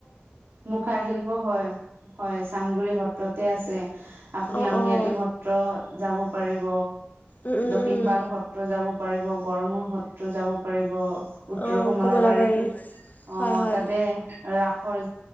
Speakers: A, on the right (about 65°); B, on the left (about 40°).
A: মুখা শিল্প হয়- হয় চামগুৰি সত্ৰতে আছে। আপুনি
B: অঁ
A: আউনীআটি
B: অঁ
A: সত্ৰ যাব পাৰিব।
B: উম, উম,
A: দক্ষিণ
B: উম।
A: পাট সত্ৰ যাব পাৰিব গড়মূৰ সত্ৰ যাব পাৰিব। উত্তৰ
B: অঁ
A: কমলাবাৰীতোত
B: কমলাবাৰী
A: অ'
B: হয় হয়
A: তাকে। ৰাসৰ